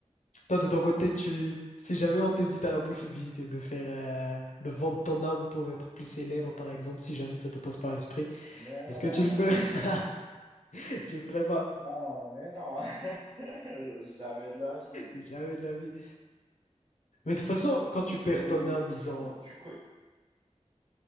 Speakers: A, on the left; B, on the right.
A: Toi, de ton côté, tu, si jamais on te dit t'as la possibilité de faire, euh, de vendre ton âme pour être plus célèbre, par exemple, si jamais ça te passe par l'esprit,
B: Mais non,
A: est-ce que tu le ferais? <laughs> Tu le ferais pas.
B: non, mais non, <laughs> jamais de la vie.
A: Jamais de la vie. Mais de toute façon, quand tu perds
B: Et, et
A: ton âme, ils
B: du
A: ont,
B: coup, tu, co-